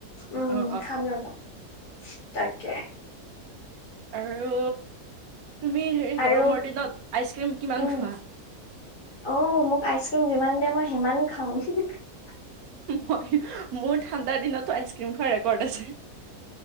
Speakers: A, on the left (about 40°); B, on the right (about 70°).
A: উম
B: অ অ।
A: খাম ৰবা তাকে
B: আৰু তুমি হে
A: আৰু
B: গৰমৰ দিনত আইচ ক্ৰীম কিমান
A: উম
B: খোৱা?
A: অ মোক আইচক্ৰীম যিমান দিয়া ম আৰু সিমান খাওঁ।
B: মই মোৰ ঠাণ্ডাৰ দিনতো আইচ ক্ৰীম খোৱাৰ ৰেকৰ্ড আছে।